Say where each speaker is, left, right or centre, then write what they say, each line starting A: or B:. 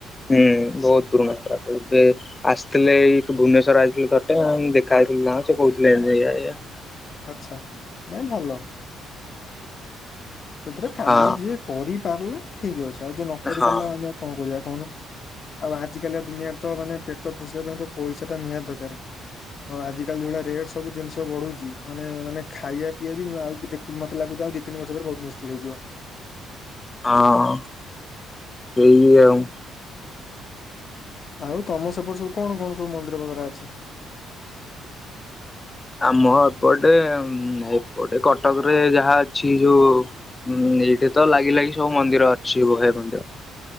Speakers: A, on the left (about 20°); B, on the left (about 45°).
A: ହୁଁ ବୋହୁତ ପୁରୁଣା ଷ୍ଟାପ୍ <unintelligible> ଥିଲେ ଏଇ ଭୁବନେଶ୍ୱର ଆଇଥିଲେ ତଟେ ଆଉ ମୁ ଦେଖା ହେଇଥିଲି ତାଙ୍କୁ ସେ କହୁଥିଲେ ଏମିତି ଏୟା ଏୟା।
B: ଆଚ୍ଛା ନାଇଁ ଭଲ। ଏଥିରେ କାମ
A: ହଁ
B: ଯିଏ କରିପାରିଲା ଠିକ ଅଛି ଆଉ ଯିଏ ନ କରି
A: ହଁ
B: ପାରିଲା ଆମେ ଆଉ କଣ କରିବା କହୁନ। ଆଉ ଆଜିକାଲି ଦୁନିଆରେ ତ ମାନେ ପେଟ ପୋଷିବା ପାଇଁ ତ ପଇସାଟା ନିହାତି ଦରକାର। ହଁ ଆଜିକାଲି ଯଉଭଳିଆ ରେଟ୍ ସବୁ ଜିନିଷ ବଢୁଛି। ମାନେ ମାନେ ଖାଇବା ପିଇବା ଆଉ ଦେଖୁ ମତେ ଲାଗୁଛି ଆଉ ଦି ତିିନି ବର୍ଷ ପରେ ବହୁତ ମୁସ୍କିଲ୍ ହେଇଯିବ।
A: ହଁ। ସେଇ ଆଉ।
B: ଆଉ ତମ ସେପଟେ ସବୁ କଣ କଣ ସବୁ ମନ୍ଦିର ବେଗାରା ଅଛି।
A: ଆମ ଏପଟେ ଏପଟେ କଟକ ରେ ଯାହା ଅଛି ଯୋଉ ହୁଁ ଏଇଠି ତ ଲାଗି ଲାଗି ସବୁ ମନ୍ଦିର ଅଛି ବହେ ମନ୍ଦିର।